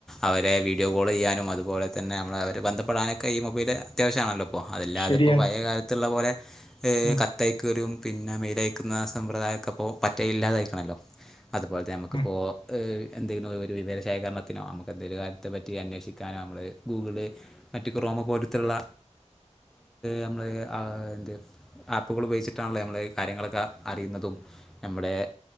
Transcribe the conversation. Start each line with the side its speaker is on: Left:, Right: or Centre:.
Centre: അവരെ വീഡിയോ കോളെയ്യാനും അതുപോലെ തന്നെ നമ്മളെ അവർ ബന്ധപ്പെടാനൊക്കെ ഈ മൊബൈല് അത്യാവശ്യാണല്ലോ അപ്പോ അതല്ലാതെ
Left: ശരിയാണ്
Centre: ഇപ്പോൾ പയേ കാലത്തുള്ള പോലെ
Left: ഉം
Centre: കത്തയക്കലും പിന്നെ മെയിലയക്കുന്ന സമ്പ്രദായൊക്കെ ഇപ്പോ പറ്റേ ഇല്ലാത്തായിക്കണലോ അതുപോലെത്തെ നമുക്കിപ്പോ
Left: ഉം
Centre: എന്തെങ്കിലും ഒരു വിവര ശേഖരണത്തിനോ നമുക്ക് എന്തേലും കാര്യത്തെ പറ്റി അന്വേഷിക്കാനോ നമ്മള് ഗൂഗിള് മറ്റ് ക്രോം മോ പോലത്തുള്ള നമ്മൾ ആ അത് ആപ്പുകൾ ഉപയോഗിച്ചിട്ടാണല്ലോ നമ്മള് കാര്യങ്ങളൊക്കെ അറിയുന്നതും നമ്മുടെ